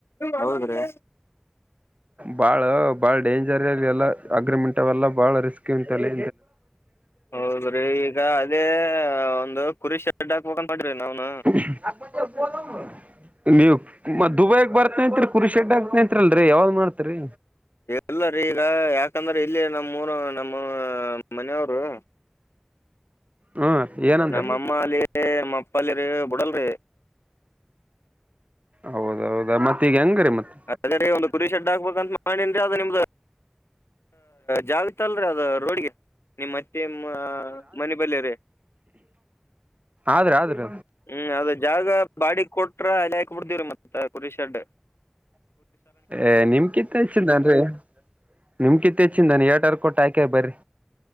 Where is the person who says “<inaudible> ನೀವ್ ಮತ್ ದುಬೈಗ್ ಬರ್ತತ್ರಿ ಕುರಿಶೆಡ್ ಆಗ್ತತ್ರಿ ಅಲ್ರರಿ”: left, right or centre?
Right